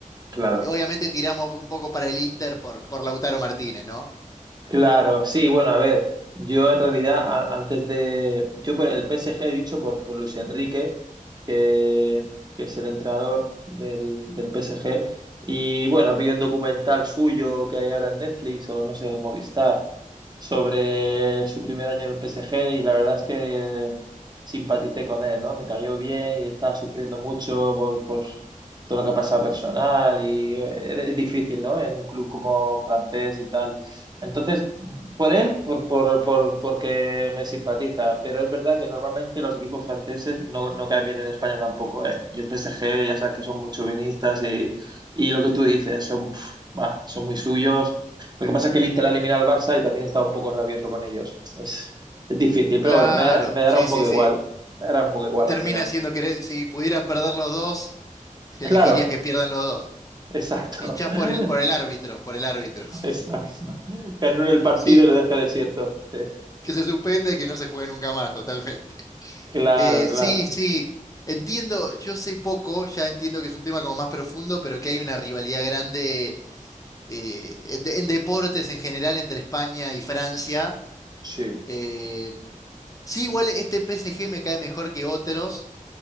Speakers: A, on the right (about 30°); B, on the left (about 25°).
A: Claro.
B: Obviamente tiramos un poco para el Inter por, por Lautaro Martínez, ¿no?
A: Claro, sí, bueno, a ver, yo en realidad a- antes de, yo por el PSG he dicho por, por Luis Enrique, que, que es el entrenador del, del PSG, y bueno, vi un documental suyo que hay ahora en Netflix o no sé, en Movistar, sobre su primer año en el PSG y la verdad es que simpaticé con él, ¿no? Me cayó bien y estaba sufriendo mucho por, por todo lo que ha pasado personal y eh, es difícil, ¿no? En un club como francés y tal. Entonces, por él, por, por, por- porque me simpatiza, pero es verdad que normalmente los equipos franceses no, no caen bien en España tampoco, ¿eh? Y el PSG, ya sabes que son muy chauvinistas y, y lo que tú dices, son, pf, bah, son muy suyos. Lo que pasa es que el Inter ha eliminado al Barça y también está un poco rabioso con ellos. Es, es difícil, pero
B: Claro,
A: bueno, me dará, me dará
B: sí,
A: un
B: sí,
A: poco igual.
B: sí.
A: Me dará un poco igual
B: Termina
A: al final.
B: siendo que si pudieran perder los dos, elegirías
A: Claro,
B: que pierdan los dos.
A: exacto.
B: Hinchás
A: <laughs>
B: por el, por el árbitro, por el árbitro. <laughs>
A: Exacto. Que anule el partido
B: Sí,
A: y lo deje desierto. Sí.
B: que se suspende y que no se juegue nunca más, totalmente.
A: Claro,
B: Eh,
A: claro.
B: sí, sí. Entiendo, yo sé poco, ya entiendo que es un tema como más profundo, pero que hay una rivalidad grande eh, en, en deportes en general entre España y Francia.
A: Sí.
B: Eh, Sí, igual este PSG me cae mejor que otros.